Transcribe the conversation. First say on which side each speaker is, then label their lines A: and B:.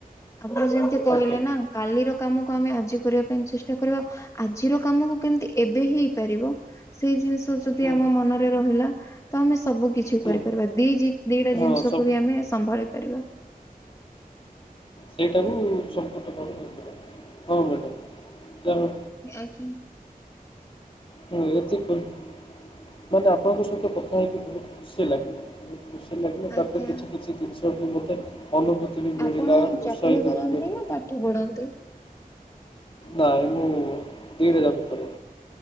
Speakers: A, on the left (about 20°); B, on the left (about 35°).
A: ଆପଣ ଯେମିତି କହିଲେ
B: ଆଜ୍ଞା
A: ନା କାଲିର କାମ ଆମେ ଆଜି କରିବା ପାଇଁ ଚେଷ୍ଟା କରିବା ଆଜିର କାମକୁ କେମିତି ଏବେ ହି ହେଇପାରିବ ସେଇ ଜିନିଷ ଯଦି
B: ହୁଁ
A: ଆମ ମନରେ ରହିଲା ତ ଆମେ ସବୁ କିଛି
B: ହୁଁ
A: କରିପାରିବା ଦି ଦିଟା
B: ହଁ
A: ଜିନିଷକୁ
B: ସବୁ
A: ବି ଆମେ ସମ୍ଭାଳି ପାରିବା।
B: ସେଇଟାରୁ ସମ୍ପୂର୍ଣ୍ଣ ଭାବ
A: ଆଜ୍ଞ।
B: ହୁଁ ଏତି ମାନେ ଆପଣଙ୍କ ସହିତ କଥା ହେଇକି ବୋହୁତ ଖୁସି ଲାଗେ। ଖୁସି ଲାଗିଲେ
A: ଆଜ୍ଞା
B: ତାପରେ କିଛି କିଛି ଜିନିଷ ବି ମୋତେ ଅନୁଭୂତି ବି ମିଳିଲା
A: ଆପଣ ଚାକିରୀ
B: ଉତ୍ସାହିତ
A: କରନ୍ତି
B: ବି ମିଳି
A: ନା ପାଠ ପଢନ୍ତି?
B: ନାଇଁ ମୁଁ ଦି ହଜାରରେ